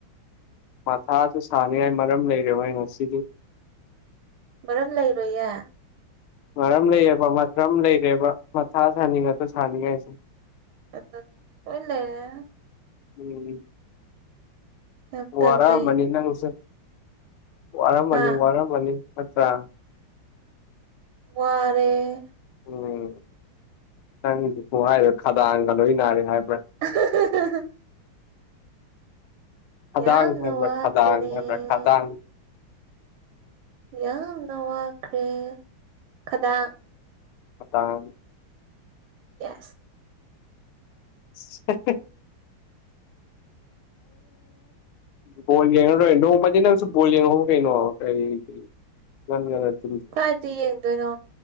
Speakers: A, on the left; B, on the right.
A: ꯃꯊꯥꯁꯨ ꯁꯥꯅꯤꯡꯉꯥꯏ ꯃꯔꯝ ꯂꯩꯔꯣꯏ ꯉꯁꯤꯗꯤ
B: ꯃꯔꯝ ꯂꯩꯔꯣꯏꯌꯦ
A: ꯃꯔꯝ ꯂꯩꯌꯦꯕ꯭ꯔꯝ ꯂꯩꯔꯦꯕ ꯃꯊꯥ ꯁꯥꯅꯤꯡꯉꯗ ꯁꯥꯅꯤꯡꯉꯥꯏꯁꯦ
B: ꯑ ꯍꯣꯏ ꯂꯩꯔꯦ
A: ꯎꯝ
B: ꯌꯥꯝ ꯇꯟꯖꯩ
A: ꯋꯥꯔ ꯃꯅꯤꯅꯉꯁꯔ ꯋꯥꯔ ꯃꯅꯤ
B: ꯍꯥ
A: ꯋꯥꯔ ꯃꯅꯤ ꯄꯠꯇ꯭ꯔꯥ
B: ꯋꯥꯔꯦ
A: ꯎꯝꯝ ꯅꯪꯗꯨ ꯍꯥꯏꯔ ꯈꯗꯥꯡꯒ ꯂꯣꯏ ꯅꯥꯔꯦ ꯍꯥꯏꯕ
B: <unintelligible>
A: ꯈꯗꯥꯡ
B: ꯌꯥꯌꯥꯝ ꯅꯣ
A: ꯍꯥꯏꯕ꯭ꯔꯥ
B: ꯋꯥ
A: ꯈꯗꯥꯡ
B: ꯀꯅꯦꯦ
A: ꯍꯥꯏꯕ꯭ꯔꯥ ꯈꯗꯥꯡ
B: ꯌꯥꯝꯅ ꯋꯥꯈ꯭ꯔꯦ ꯈꯗꯥꯡ
A: ꯑ
B: ꯌꯥ
A: <unintelligible>
B: <unintelligible>
A: ꯣꯂꯤ ꯌꯦꯅ ꯔ ꯅ ꯃ ꯁ ꯣꯂꯤ ꯌꯦꯅ ꯍ ꯀꯩꯩꯅꯣ ꯀ ꯅꯦ
B: ꯀꯗꯤ ꯌꯦꯡꯗꯣꯏꯅꯣ